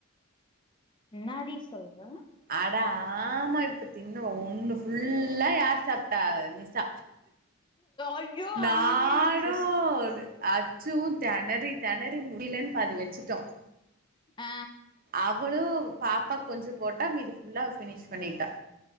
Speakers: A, on the left; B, on the right.
A: என்னாடி சொல்ற
B: அடா ஆமா இப்ப தின்னுவ ஒண்ணு ஃபுல்லா யார் சாப்ட்டா? நி சா
A: ஐயோ
B: நானு
A: ஆமா சிஸ்
B: ஒன்னு அச்சுவு தெணறி தெணறி முடியிலன் பாதி வச்சிட்டோ
A: ஆ
B: அவளு பாப்பா கொஞ்ச போட்டா மீது ஃபுல்லா பினிஷ் பண்ணிட்டா